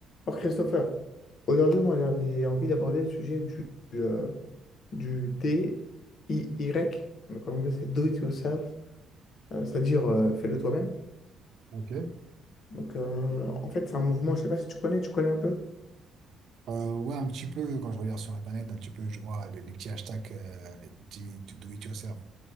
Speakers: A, on the left; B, on the right.
A: Alors Christopher, aujourd'hui moi j'avais envie d'aborder le sujet du, euh, du DIY, donc en anglais c'est Do It Yourself, euh, c'est-à-dire euh, fais-le toi-même.
B: Ok.
A: Donc euh, en fait c'est un mouvement, je sais pas si tu connais, tu connais un peu?
B: Euh, ouais, un petit peu, quand je regarde sur Internet, un petit peu, je vois les, les petits hashtags euh, du, du do it yourself.